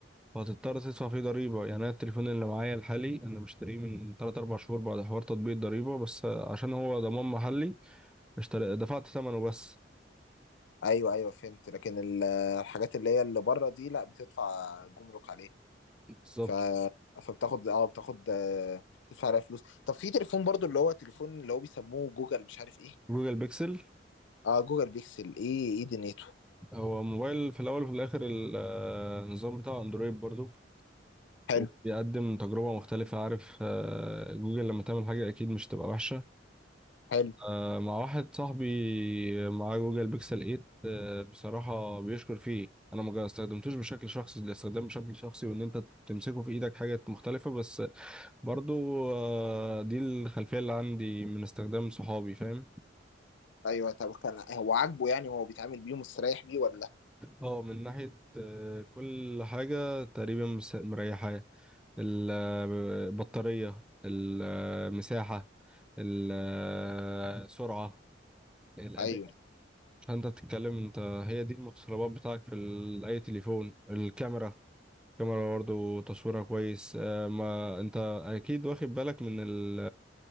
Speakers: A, in the centre; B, on the left (about 80°).
A: فهتضطر تدفع فيه ضريبة يعني أنا التليفون اللي معايا الحالي أنا مشتريه من 3 4 شهور بعد حوار تطبيق الضريبة بس عشان هو ضمان محلي اشتري دفعت ثمنه بس
B: ايوه ايوه فهمت لكن ال- الحاجات اللي هي اللي بره دي لا بتدفع جمرك عليها
A: بالظبط
B: ف فبتاخد اه بتاخد آه، تدفع عليها فلوس طب في تليفون برضو اللي هو تليفون اللي هو بيسموه جوجل مش عارف ايه
A: جوجل بيكسل
B: اه جوجل بيكسل ايه ايه دنيته
A: هو موبايل في الاول وفي الاخر ال- آه، النظام بتاعه اندرويد برضو
B: حلو
A: وبيقدم تجربة مختلفة عارف آه، جوجل لما تعمل حاجة أكيد مش تبقى وحشة
B: حلو
A: آه، مع واحد صاحبي معاه جوجل بيكسل 8 آه، بصراحة بيشكر فيه أنا ما استخدمتوش بشكل شخصي ده استخدام بشكل شخصي وإن أنت تمسكه في إيدك حاجة مختلفة بس برضو آه، دي الخلفية اللي عندي من استخدام صحابي فاهم
B: ايوه طب كان هو عاجبه يعني هو بيتعامل بيه ومستريح بيه ولا
A: اه من ناحية آه، كل حاجة تقريبا مس- مريحاه البطارية المساحة السرعة الأداء
B: ايوه
A: فأنت بتتكلم انت هي دي المتطلبات بتاعك في ال- أي تليفون الكاميرا الكاميرا برضه تصويرها كويس آه، ما انت أكيد واخد بالك من ال